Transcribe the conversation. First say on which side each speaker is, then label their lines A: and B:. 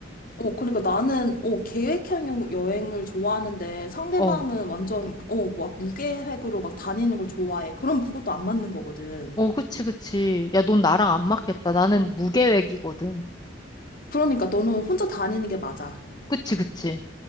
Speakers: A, on the left (about 45°); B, on the left (about 20°).
A: 어, 그러니까 나는, 어, 계획형 여행을 좋아하는데 상대방은
B: 어.
A: 완전, 어, 막 무계획으로 막 다니는 걸 좋아해. 그럼 그것도 안 맞는 거거든.
B: 어, 그치, 그치. 야, 넌 나랑 안 맞겠다. 나는
A: 음.
B: 무계획이거든.
A: 그러니까 너는 혼자 다니는 게 맞아.
B: 그치, 그치.